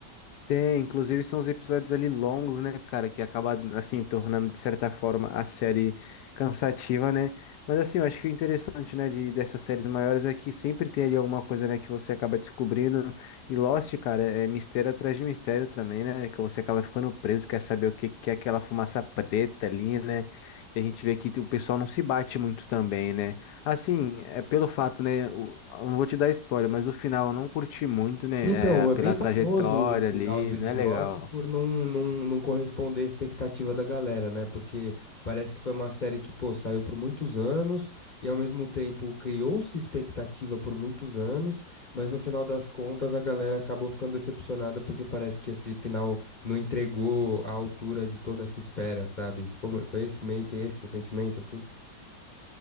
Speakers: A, on the left; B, on the left.
A: Tem, inclusive são os episódios ali longos, né, cara, que acaba, assim, tornando, de certa forma, a série cansativa, né? Mas, assim, eu acho que o interessante, né, de, dessas séries maiores é que sempre tem ali alguma coisa, né, que você acaba descobrindo. E Lost, cara, é mistério atrás de mistério também, né? Que você acaba ficando preso, quer saber o que, que é aquela fumaça preta ali, né? E a gente vê que o pessoal não se bate muito também, né? Assim, é pelo fato, né? o- Eu não vou te dar spoiler, mas o final eu não curti muito, né?
B: Então,
A: é, pela
B: é bem famoso
A: trajetória
B: o final
A: ali,
B: de
A: não
B: de
A: é legal.
B: Lost por não, não, não corresponder à expectativa da galera, né? Porque parece que foi uma série que, pô, saiu por muitos anos e ao mesmo tempo criou-se expectativa por muitos anos, mas no final das contas a galera acabou ficando decepcionada porque parece que esse final não entregou à altura de toda essa espera, sabe? Como, foi esse meio que esse o sentimento, assim?